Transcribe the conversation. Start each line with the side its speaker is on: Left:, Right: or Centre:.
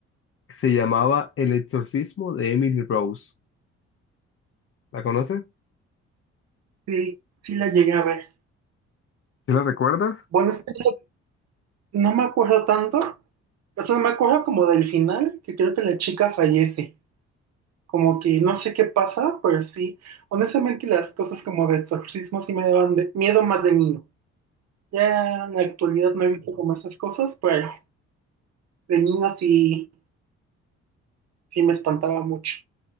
Left: Se llamaba El exorcismo de Emily Rose. ¿La conoces?
Right: Sí, sí la llegué a ver.
Left: ¿Sí la recuerdas?
Right: Bueno, es que No me acuerdo tanto. O sea, me acuerdo como del final, que creo que la chica fallece. Como que no sé qué pasa, pero sí. Honestamente, las cosas como de exorcismo sí me daban de- miedo más de niño. Ya en la actualidad no he visto como esas cosas, pero de niño sí, sí me espantaba mucho.